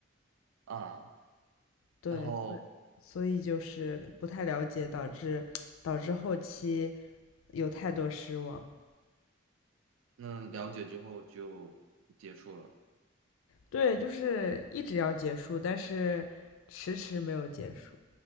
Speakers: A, on the right; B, on the left.
A: 啊？
B: 对，
A: 然后
B: 所以所以就是不太了解，导致导致后期有太多失望。
A: 那了解之后就结束了。
B: 对，就是一直要结束，但是迟迟没有结束。